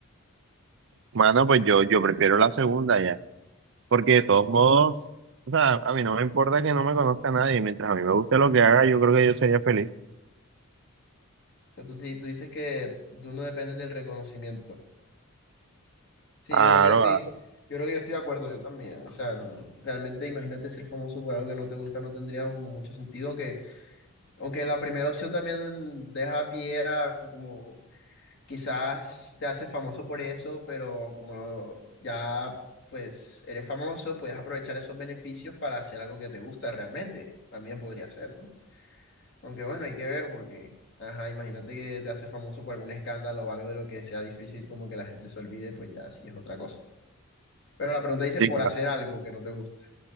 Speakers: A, on the right; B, on the left.
A: Mano, pues yo, yo prefiero la segunda ya. Porque de todos modos, o sea, a mí no me importa que no me conozca nadie. Mientras a mí me guste lo que haga, yo creo que yo sería feliz.
B: O sea, tú, sí- tú dices que tú no dependes del reconocimiento. Sí,
A: Claro,
B: yo creo que yo estoy,
A: claro.
B: yo creo que yo estoy de acuerdo, yo también. O sea, no- realmente imagínate ser famoso por algo que no te gusta, no tendría como mucho sentido, aunque, aunque la primera opción también deja pie a como Quizás te haces famoso por eso, pero como ya pues eres famoso, puedes aprovechar esos beneficios para hacer algo que te gusta realmente. También podría ser, ¿no? Aunque bueno, hay que ver porque, ajá, imagínate que te haces famoso por algún escándalo o algo de lo que sea difícil como que la gente se olvide, pues ya sí es otra cosa. Pero la pregunta dice
A: Sí,
B: por
A: claro.
B: hacer algo que no te gusta.